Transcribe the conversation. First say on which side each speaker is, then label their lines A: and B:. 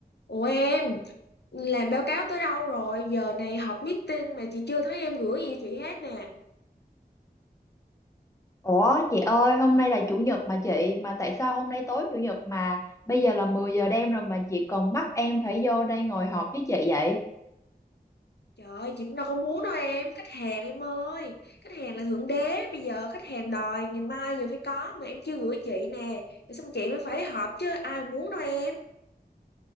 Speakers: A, on the left; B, on the left.
A: Ủa em, làm báo cáo tới đâu rồi? Giờ này họp meeting mà chị chưa thấy em gửi gì chị hết nè.
B: Ủa chị ơi, hôm nay là chủ nhật mà chị, mà tại sao hôm nay tối chủ nhật mà bây giờ là 10 giờ đêm rồi mà chị còn bắt em phải vô đây ngồi họp với chị vậy?
A: Trời ơi, chị cũng đâu có muốn đâu em, khách hàng em ơi. Khách hàng là thượng đế, bây giờ khách hàng đòi ngày mai giờ phải có mà em chưa gửi chị nè. Rồi xong chị mới phải họp chứ ai muốn đâu em.